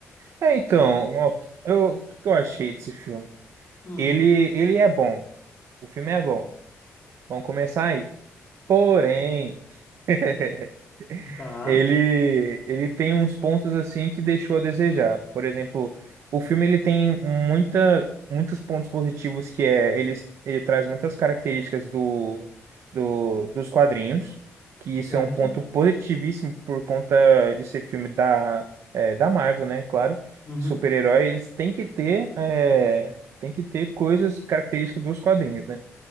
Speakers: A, on the right; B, on the left.
A: É, então, ó, eu, o que eu achei desse filme?
B: Hum,
A: Ele, ele é bom. O filme é bom. Vamos começar aí. Porém. <laughs>
B: tá,
A: ele ele tem uns pontos assim que deixou a desejar. Por exemplo, o filme ele tem muita muitos pontos positivos que é ele, ele traz muitas características do, do dos quadrinhos, que isso
B: certo.
A: é um ponto positivíssimo por conta de ser filme da é, da Marvel, né? Claro,
B: Uhum,
A: de super-herói eles têm que ter é, tem que ter coisas características dos quadrinhos, né?